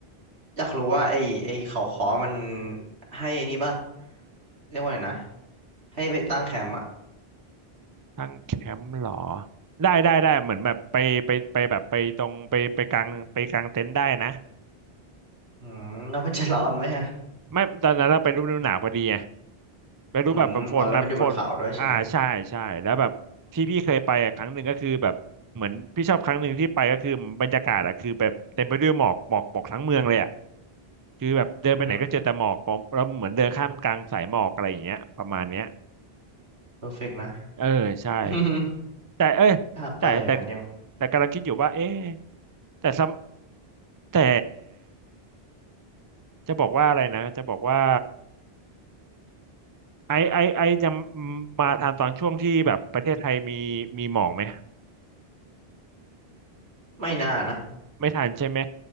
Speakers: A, on the right; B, on the right.
A: อยากรู้ว่าไอ้ไอ้เขาขอมันให้อันนี้ปะเรียกว่าไงนะให้ไปตั้งแคมป์อ่ะ
B: ตั้งแคมป์หรอได้ได้ได้เหมือนแบบไปไปไปแบบไปตรงไปไปกลางไปกลางเต็นท์ได้นะ
A: อืม <laughs> แล้วมันจะร้อนไหมอะ
B: ไม่ตอนนั้นเราไปฤดูหนาวพอดีไง ไม่รู้แบบแบบฝนแบบฝนอ่าใช่ใช่แล้วแบบที่พี่เคยไปอะครั้งหนึ่งก็คือแบบเหมือนพี่ชอบครั้งหนึ่งที่ไปก็คือบรรยากาศอะคือแบบเต็มไปด้วยหมอกหมอกหมอกทั้งเมืองเลยอะ
A: อืมอ๋อแล้วมันอยู่บนเขาด้วยใช่ไหม
B: คือแบบเดินไปไหนก็เจอแต่หมอกผมเราเหมือนเดินข้ามกลางสายหมอกอะไรอย่างเงี้ยประมาณเนี้ย
A: อืมเพอร์เฟกนะ
B: เออใช่
A: <laughs> อม
B: แต่เอ้ยแต่แต่
A: อยากไปอย่างนั้นเดียว
B: แต่กำลังคิดอยู่ว่าเอ๊ะแต่ซ้ำแต่จะบอกว่าอะไรนะจะบอกว่าไอไอไอจะมาทานตอนช่วงที่แบบประเทศไทยมีมีหมอกไหม
A: ไม่น่านะ
B: ไม่ทันใช่ไหม